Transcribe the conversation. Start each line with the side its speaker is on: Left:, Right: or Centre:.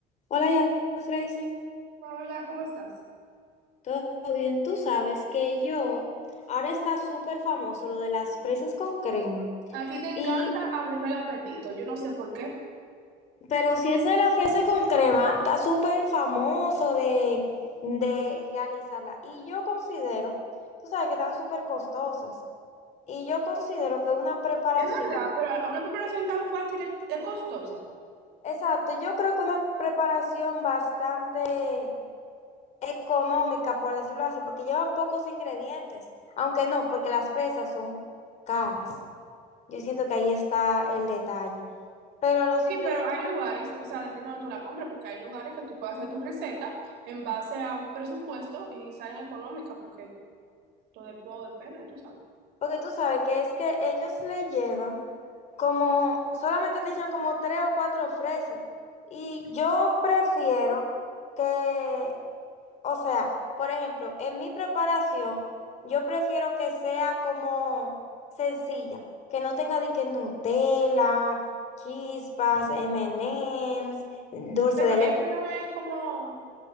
Left: Hola, ya, Freisen.
Right: Hola, ¿cómo estás?
Left: ¿Todo bien? Tú sabes que yo, ahora está súper famoso lo de las fresas con crema.
Right: A ti te encanta
Left: Y,
Right: abrirme el apetito, yo no sé por qué.
Left: pero si eso de la fresa con crema está súper famoso de, de realizarla. Y yo considero, tú sabes que están súper costosas. Y yo considero que una preparación,
Right: Es verdad, pero a- una preparación tan fácil es, es costosa.
Left: exacto, yo creo que una preparación bastante económica, por decirlo así, porque lleva pocos ingredientes, aunque no, porque las fresas son caras. Yo siento que ahí está el detalle. Pero los
Right: Sí,
Left: ingredientes,
Right: pero hay lugares, o sea, depende de donde tú la compres, porque hay lugares que tú puedes hacer tu receta en base a un presupuesto y salen económicas, porque todo, de- todo depende, tú sabes.
Left: porque tú sabes que es que ellos le llevan como, solamente te echan como tres o cuatro fresas. Y yo prefiero que o sea, por ejemplo, en mi preparación, yo prefiero que sea como sencilla, que no tenga de que Nutella, chispas, M and Ms dulce
Right: Pero
Left: de
Right: ese
Left: leche.
Right: no es como,